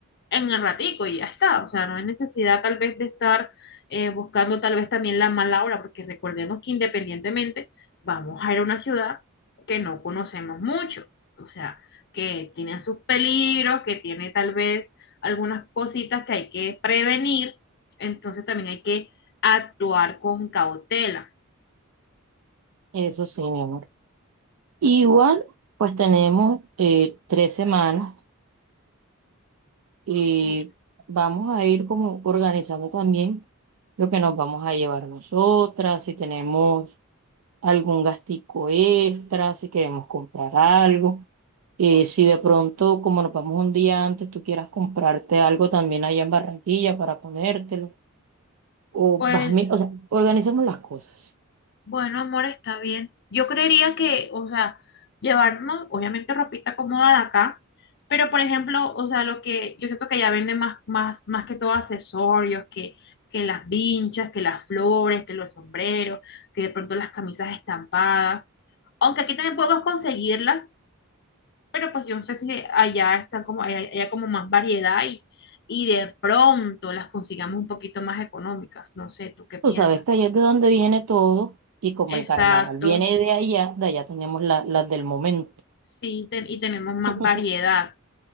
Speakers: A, on the left (about 50°); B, on the right (about 85°).
A: en el ratico y ya está. O sea, no hay necesidad tal vez de estar eh, buscando tal vez también la mala hora, porque recordemos que independientemente vamos a ir a una ciudad que no conocemos mucho, o sea, que tiene sus peligros, que tiene tal vez algunas cositas que hay que prevenir, entonces también hay que actuar con cautela.
B: Eso sí, mi amor. Igual, pues tenemos eh, tres semanas y
A: Sí.
B: vamos a ir como organizando también lo que nos vamos a llevar nosotras, si tenemos algún gastico extra, si queremos comprar algo. Eh, si de pronto, como nos vamos un día antes, tú quieras comprarte algo también allá en Barranquilla para ponértelo, o
A: Pues
B: vas, mi- o sea, organicemos las cosas.
A: Bueno, amor, está bien. Yo creería que, o sea, llevarnos, obviamente, ropita cómoda de acá, pero por ejemplo, o sea, lo que yo siento que ya venden más, más, más que todo accesorios, que, que las vinchas, que las flores, que los sombreros, que de pronto las camisas estampadas. Aunque aquí también podemos conseguirlas, pero pues yo no sé si allá están como, hay hay- como más variedad y, y de pronto las consigamos un poquito más económicas. No sé, ¿tú qué piensas?
B: Tú sabes que allá es de donde viene todo, y como
A: Exacto.
B: el carnaval viene de allá, de allá tenemos la- las del momento.
A: Sí, te- y tenemos más
B: <laughs>
A: variedad.